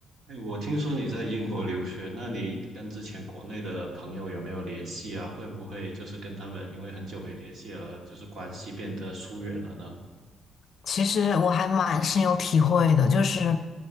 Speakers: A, on the right; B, on the left.
A: 哎，我听说你在英国留学，那你跟之前国内的朋友有没有联系啊？会不会就是跟他们因为很久没联系而就是关系变得疏远了呢？
B: 其实我还蛮深有体会的，就是，